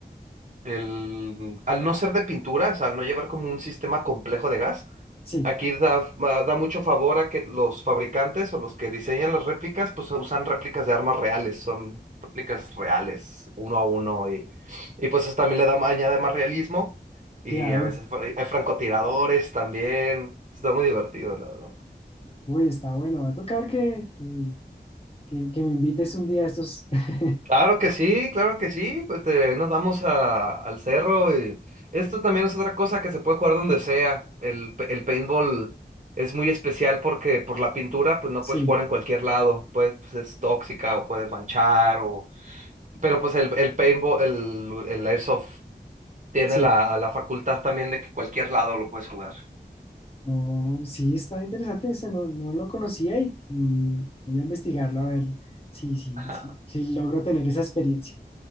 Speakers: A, on the right; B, on the left.
A: el... Al no ser de pinturas, al no llevar como un sistema complejo de gas
B: Sí,
A: Aquí da, va- da mucho favor a que los fabricantes o los que diseñan las réplicas, pues usan réplicas de armas reales, son réplicas reales, uno a uno, y, y pues eso también le da, añade más realismo, y
B: claro.
A: a veces fr- hay francotiradores también, está muy divertido, la verdad.
B: Uy, está bueno. Va a tocar que, eh, que, que me invites un día a estos. <laughs>
A: Claro que sí, claro que sí. Pues te- nos vamos a- al cerro y esto también es otra cosa que se puede jugar donde sea. El, pa- el paintball es muy especial porque por la pintura pues no
B: Sí,
A: puedes jugar en cualquier lado. Pues, pues, es tóxica o puede manchar o... Pero pues el, el paintball, el, el airsoft tiene
B: sí.
A: la, la facultad también de que cualquier lado lo puedes jugar.
B: No, sí, está interesante ese, no, no lo conocía y mm, voy a investigarlo a ver si, si,
A: <laughs>
B: si, si logro tener esa experiencia.